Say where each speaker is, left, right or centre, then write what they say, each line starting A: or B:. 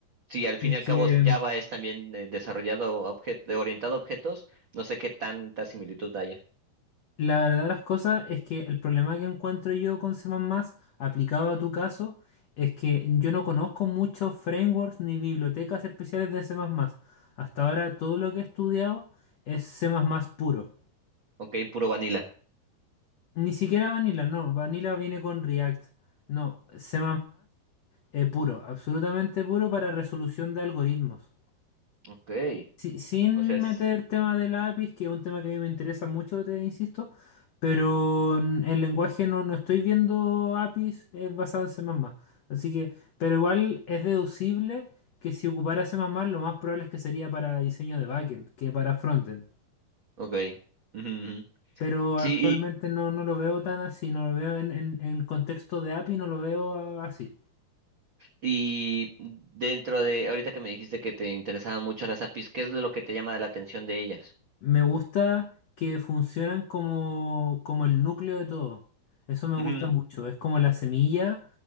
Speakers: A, on the right; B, on the left.
A: Sí, al fin
B: Es
A: y al
B: que...
A: cabo Java es también eh, desarrollado a obje- orientado a objetos, no sé qué tanta similitud haya.
B: La verdad de las cosas es que el problema que encuentro yo con C++ aplicado a tu caso es que yo no conozco muchos frameworks ni bibliotecas especiales de C++. Hasta ahora todo lo que he estudiado es C++ puro.
A: Ok, puro vanilla.
B: Ni siquiera Vanilla, no. Vanilla viene con React. No, C++ eh, puro, absolutamente puro para resolución de algoritmos.
A: Ok.
B: Sí, sin
A: O sea,
B: meter
A: sí.
B: tema de lápiz, que es un tema que a mí me interesa mucho, te insisto, pero en el lenguaje no, no estoy viendo APIs es basado en C++. Así que, pero igual es deducible que si ocupara C++, lo más probable es que sería para diseño de backend que para frontend.
A: Ok. Ujú, ujú.
B: Pero
A: Sí,
B: actualmente no, no lo veo tan así, no lo veo en, en, en contexto de API, no lo veo ah, así.
A: Y dentro de, ahorita que me dijiste que te interesaban mucho las APIs, ¿qué es de lo que te llama la atención de ellas?
B: Me gusta que funcionan como, como el núcleo de todo. Eso me
A: Ujú.
B: gusta mucho. Es como la semilla